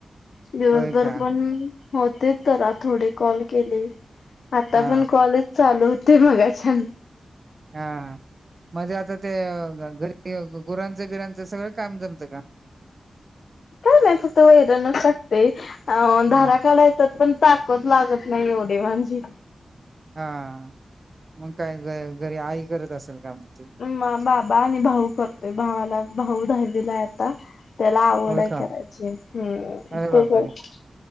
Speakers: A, on the left; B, on the right.
A: दिवसभर
B: होय का
A: पण, होते तर आ थोडे कॉल केले. आता
B: हा
A: पण कॉलेज चालू होते मगाच्यान.
B: हा, हा, मध्ये आता तेऽअऽ घरी गुरांच, बिरांच सगळं काम जमतं का.
A: काय नाय फक्त वैरणच टाकते, अ,, धारा
B: होय
A: काढायच्याात पण ताकत लागतऽऽऽ नाही ओ देवानजीऽ
B: हा,,, मग काय घ घरी आई करत असेल काम. ते
A: मं बाबा आणि भाऊ करतोय,, भावाला,, भाऊ दहावीला हाय आता, त्याला आवड
B: होय
A: आहे
B: का
A: करायची,, हम्,,
B: अरे
A: तो
B: बापरे
A: गऽऽ